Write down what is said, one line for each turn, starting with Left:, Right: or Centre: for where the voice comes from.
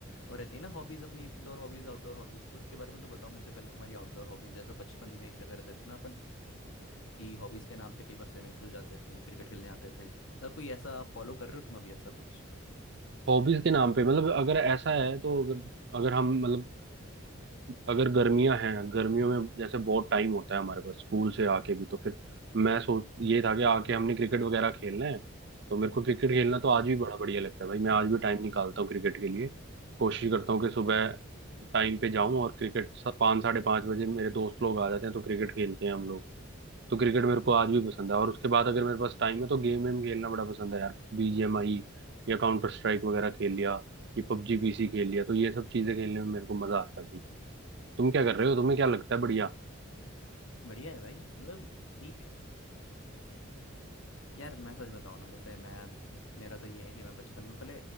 Left: और रहती है ना हॉबीज अपनी इंडोर हॉबीज आउटडोर हॉबीज तो उसके बारे में तो बताओ मुझे पहले तुम्हारी आउटडोर हॉबीज जैसे बचपन में क्या करते थे ना अपन कि हॉबीज के नाम पे कई बार स्विमिंग पूल जाते थे क्रिकेट खेलने आते थे मतलब कोई ऐसा फॉलो कर रहे हो तुम अभी ऐसा कुछ
Right: हॉबीज के नाम पे मतलब अगर ऐसा है तो अगर अगर हम मतलब अगर गर्मियां हैं गर्मियों में जैसे बहुत टाइम होता है हमारे पास स्कूल से आके भी तो फिर मैं सोच ये था कि आके हमने क्रिकेट वगैरह खेलना है तो मेरे को क्रिकेट खेलना तो आज
Left: हम्म
Right: भी बड़ा बढ़िया लगता है भाई मैं आज भी टाइम निकालता हूँ क्रिकेट के लिए कोशिश करता हूँ कि सुबह टाइम पे जाऊं और क्रिकेट स- पाँच साढ़े पाँच बजे मेरे दोस्त लोग आ जाते हैं तो क्रिकेट खेलते हैं हम लोग तो क्रिकेट मेरे को आज भी पसंद है और उसके बाद अगर मेरे पास टाइम है तो गेम वेम खेलना बड़ा पसंद है यार बीजीएमआई या काउंटर स्ट्राइक वगैरह खेल लिया ये पबजी पीसी खेल लिया तो ये सब चीजें खेलने में मेरे को मजा आता है तुम क्या कर रहे हो तुम्हें क्या लगता है बढ़िया
Left: बढ़िया है भाई मतलब ठीक है यार मैं सच बताऊँ ना जैसे मैं मेरा तो ये है कि मैं बचपन में पहले